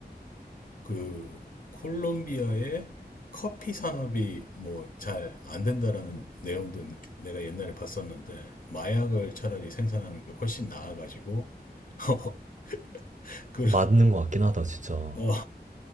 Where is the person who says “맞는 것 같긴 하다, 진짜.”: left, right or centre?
Right